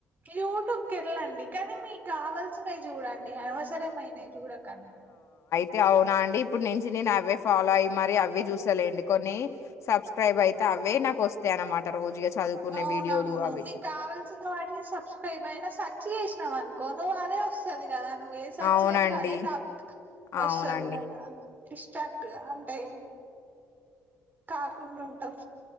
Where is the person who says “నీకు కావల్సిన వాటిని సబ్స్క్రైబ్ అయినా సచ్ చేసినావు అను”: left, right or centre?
Right